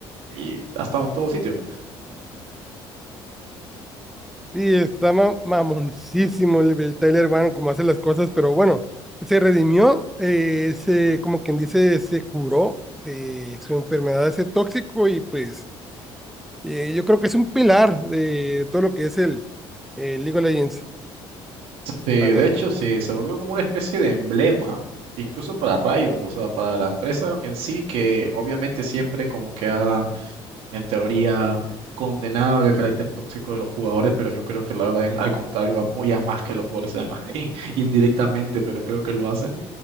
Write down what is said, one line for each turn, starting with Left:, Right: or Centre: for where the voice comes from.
Right: y ha estado en todo sitio.
Centre: Y está ma- mamoncísimo el, el Tyler Bannon como hace las cosas, pero bueno, se redimió, eh, se, como quien dice, se curó de su enfermedad de ser tóxico y pues Eh, yo creo que es un pilar de todo lo que es el, el League of Legends,
Right: Sí, de
Centre: la verdad.
Right: hecho, sí, se volvió como una especie de emblema, incluso para Riot, o sea, para la empresa en sí, que obviamente siempre como que ha, en teoría, condenado el carácter tóxico de los jugadores, pero yo creo que la verdad, en- al contrario, apoya más que los jugadores sean así, <laughs> indirectamente, pero creo que lo hacen.